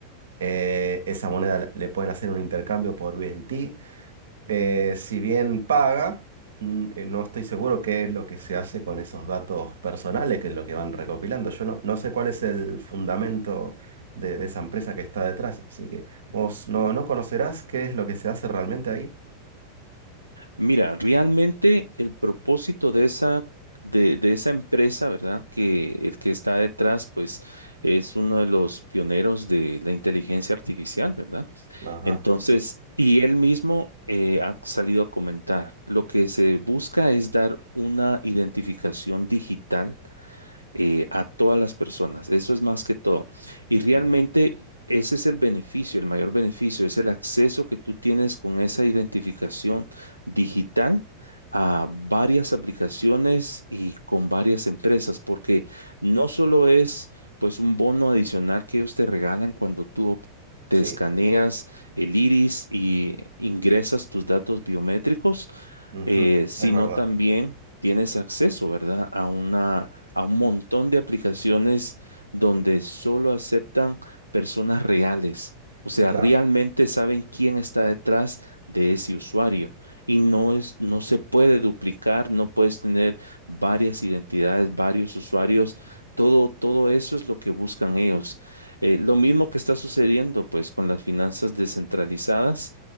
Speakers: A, on the right; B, on the right.
A: eh, esa moneda le pueden hacer un intercambio por USDT. Eh, si bien paga, mm, eh, no estoy seguro qué es lo que se hace con esos datos personales, que es lo que van recopilando. Yo no, no sé cuál es el fundamento de, de esa empresa que está detrás, así que vos no, no conocerás qué es lo que se hace realmente ahí.
B: Mira, realmente el propósito de esa, de, de esa empresa, ¿verdad? Que el que está detrás, pues es uno de los pioneros de la inteligencia artificial, ¿verdad?
A: Ajá,
B: Entonces,
A: sí. Sí,
B: y él mismo eh, ha salido a comentar, lo que se busca es dar una identificación digital eh, a todas las personas. Eso es más que todo. Y realmente
A: ujú,
B: ese es el beneficio, el mayor beneficio, es el acceso que tú tienes con esa identificación digital a varias aplicaciones y con varias empresas, porque no solo es pues un bono adicional que ellos te regalan cuando tú op- te
A: Sí,
B: escaneas el iris y ingresas tus datos biométricos,
A: ujú,
B: eh, sino
A: es verdad,
B: también tienes acceso, ¿verdad? A una, a un montón de aplicaciones donde solo aceptan personas reales. O sea,
A: claro.
B: realmente saben quién está detrás de ese usuario y no es, no se puede duplicar, no puedes tener varias identidades, varios usuarios. Todo, todo eso es lo que buscan ellos. Eh, lo mismo que está sucediendo, pues, con las finanzas descentralizadas,